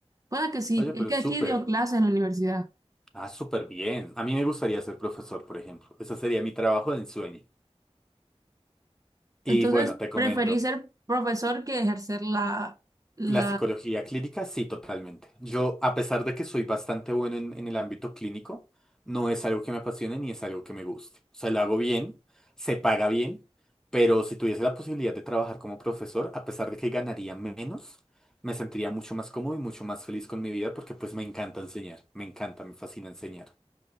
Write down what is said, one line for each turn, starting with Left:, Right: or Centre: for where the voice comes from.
Right: Puede que sí,
Centre: oye, pero
Right: es que
Centre: súper,
Right: aquí dio clases en la universidad.
Centre: ah, súper bien. A mí me gustaría ser profesor, por ejemplo. Ese sería mi trabajo de ensueño. Y
Right: Entonces
Centre: bueno, te comento.
Right: preferí ser profesor que ejercer la, la
Centre: La psicología clínica, sí, totalmente. Yo, a pesar de que soy bastante bueno en, en el ámbito clínico, no es algo que me apasione ni es algo que me guste. O sea, lo hago bien, se paga bien, pero si tuviese la posibilidad de trabajar como profesor, a pesar de que ganaría menos, me sentiría mucho más cómodo y mucho más feliz con mi vida porque pues me encanta enseñar, me encanta, me fascina enseñar.